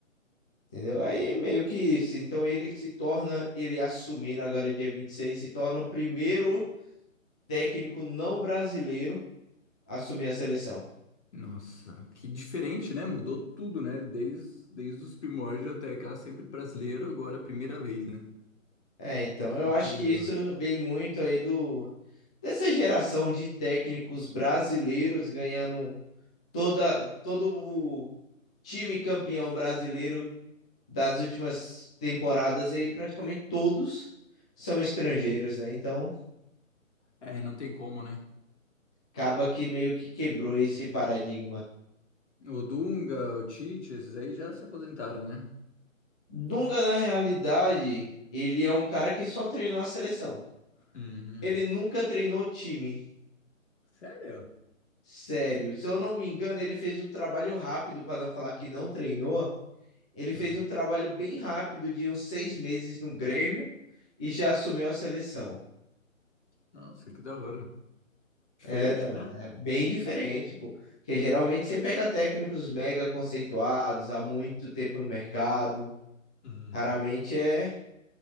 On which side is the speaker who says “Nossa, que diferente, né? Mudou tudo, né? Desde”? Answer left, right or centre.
Left